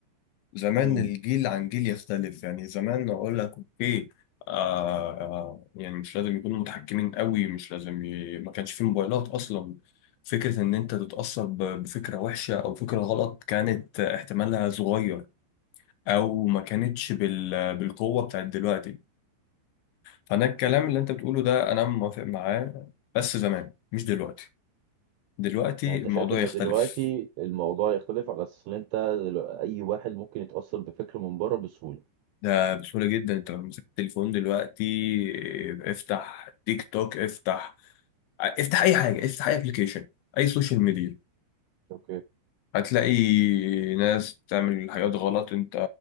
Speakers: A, on the left (about 75°); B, on the right (about 80°).
A: زمان
B: امم
A: الجيل عن جيل يختلف يعني زمان اقول لك اوكي آه آه يعني مش لازم يكونوا متحكمين قوي مش لازم ي... ما كانش في موبايلات اصلا فكرة ان انت تتأثر ب- بفكرة وحشة او فكرة غلط كانت احتمالها صغير او ما كانتش بال... بالقوة بتاعت دلوقتي فانا الكلام اللي انت بتقوله ده انا موافق معاه بس زمان مش دلوقتي دلوقتي
B: يعني انت
A: الموضوع
B: شايف ان
A: يختلف
B: دلوقتي الموضوع يختلف على اساس ان انت دلو- اي واحد ممكن يتأثر بفكر من بره بسهولة
A: ده بسهولة جدا انت لو مسكت التليفون دلوقتي اه، افتح تيك توك افتح افتح اي حاجة افتح اي ابلكيشن اي سوشيال ميديا
B: اوكي
A: هتلاقي ناس بتعمل حاجات غلط انت